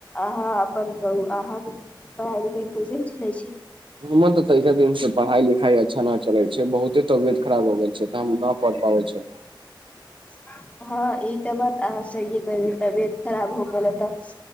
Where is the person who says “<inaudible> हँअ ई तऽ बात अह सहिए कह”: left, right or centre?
Left